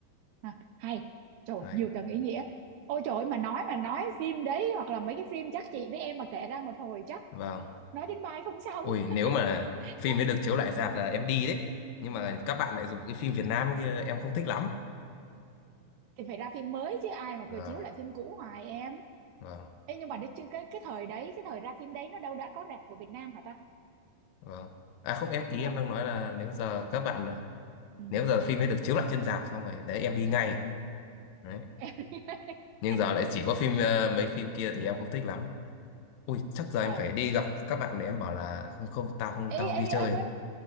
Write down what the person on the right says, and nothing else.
à, hay trời ơi,
nhiều tầng ý nghĩa ôi trời ơi, mà nói mà nói phim đấy hoặc là mấy cái phim chắc chị với em mà kể ra một hồi chắc
nói đến mai không xong
<laughs>
thì phải ra phim mới chứ ai mà
cười chiếu lại phim cũ hoài em
Ê, nhưng mà cái chứ- cái cái thời đấy cái thời ra phim đấy nó đâu đã có rạp của Việt Nam hả ta
đúng
không
Ừ.
<laughs>
ờ
ê
ê
ơi bên